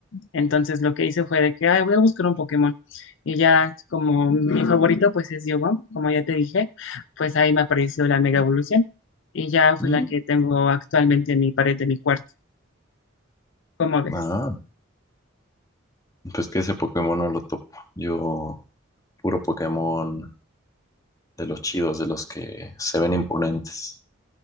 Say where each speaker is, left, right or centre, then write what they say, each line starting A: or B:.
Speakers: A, on the left; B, on the left.
A: Entonces lo que hice fue de que, ay, voy a buscar un Pokémon. Y ya, como mi favorito, pues es Yogon, como ya te dije, pues ahí me apareció la mega evolución. Y ya fue
B: Mm.
A: la que tengo actualmente en mi pared de mi cuarto. ¿Cómo ves?
B: Ah. Pues que ese Pokémon no lo topo. Yo, puro Pokémon de los chidos, de los que se ven imponentes